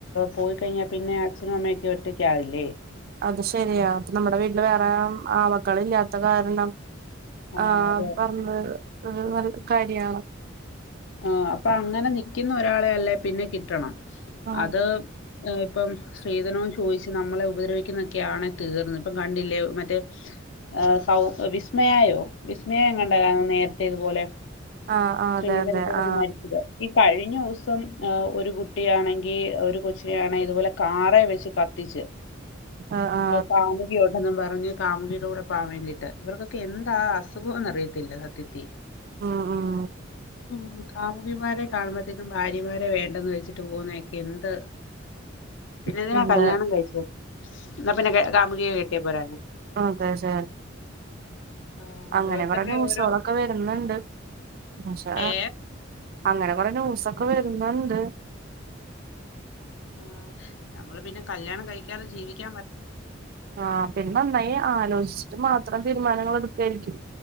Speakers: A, on the left; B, on the right.
A: പോയി കഴിഞ്ഞാൽ പിന്നെ അച്ഛനും അമ്മയൊക്കെ ഒറ്റയ്ക്ക ആവില്ലേ
B: അത് ശരിയാ അപ്പ നമ്മുടെ വീട്ടില് വേറെ ആക്കൾ ഇല്ലാത്ത കാരണം
A: ആഹ്
B: ആഹ
A: അതെ
B: പറഞ്ഞത് നല്ല കാര്യാണ്
A: ആ അപ്പൊ അങ്ങനെ നിക്കുന്ന ഒരാളെ അല്ലേ പിന്നെ കിട്ടണം
B: ആ
A: അത് ആ ഇപ്പം സ്ത്രീധനവും ചോദിച്ച് നമ്മളെ ഉപദ്രവിക്കുന്നൊക്കെയ ആാണ് തീർന്നത് ഇപ്പം കണ്ടില്ലേ മറ്റേ ആ സൗ വിസ്മയായോ വിസ്മയം എങ്ങണ്ട നേരത്തെ ഇതുപോലെ
B: ആ ആ
A: സ്ത്രീധനപീഡനം
B: അതെ അതെ ആ
A: മരിച്ചത് ഈ കഴിഞ്ഞ ദിവസം ഒരു കുട്ടിയാണെങ്കിൽ ഒരു കൊച്ചിനൊണെങ്ക ഇതുപോലെ കാറ വെച്ച് കത്തിച്ച്
B: ആ ആ
A: താമ യോട്ടൊന്നും പറഞ്ഞ് കാമുകിയുടെ കൂടെ പോാൻ വേണ്ടിയിട്ട് ഇവർക്കൊെ എന്താ അസുഖംന്ന് അറിയത്തില്ല സത്യത്തി
B: ഉം ഉം
A: ഉ കാമുകിമാരെ കാണുമ്പോഴത്തേക്കും ഭാര്യമാരെ വേണ്ടന്ന് വെച്ചിട്ട് പോുന്നൊക്കെ എന്ത്
B: <inaudible>
A: പിന്നെ എന്തിനാ
B: അതെ
A: കല്യാണം കഴിച്ചേ എന്നാ പിന്നെ കാമുകിയെ കെട്ടിയ പോരാണ്
B: ക്കെ ശ
A: ആ,
B: അങ്ങനെ
A: ഓരോരുത്തരുടെ
B: പറഞ്ഞ ന്യൂസ്കളൊക്കെ
A: ഓരോ
B: വ വണ്ട് പക്ഷെ
A: ഏ
B: അങ്ങനെ കുറ ന്യൂസൊക്കെ വരുന്നുണ്ട്
A: ആ നമ്മള് പിന്നെ കല്യാണം കഴിക്കാറ് ജീവിക്കാൻ പറ്റ
B: ആഹ പിന്നെ നന്നായി ആലോചിച്ചിട്ട് മാത്രം തീരുമാനങ്ങൾ എടുക്കായിരിക്കും